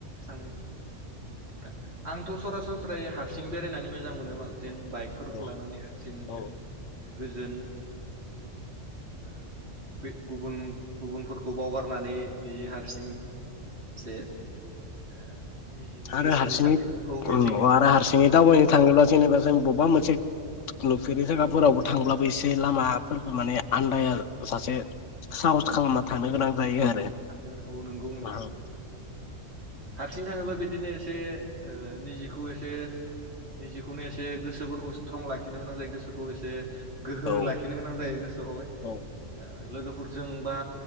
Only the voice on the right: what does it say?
थांनाय औ नंगौ नोंथां आंथ' सरासनस्रायै हारसिं बेरायनानै मोजां मोनो आं जेन बाइकफोरखौ
लानानै हांसिं बिदिनो
गोजोन <unintelligible>
गोसोनि
साननायखौ मिथिं
थांनांगोन औ नंगौ नोंथां
हारसिं थाङोबा बिदिनो एसे निजिखौ एसे निजिखौनो एसे गोसोफोरखौ स्ट्रं लाखिनो गोनां जायो गोसोखौ एसे गोहो
लाखिनो गोनां जायो गोसोआवहाय
लोगोफोरजों बा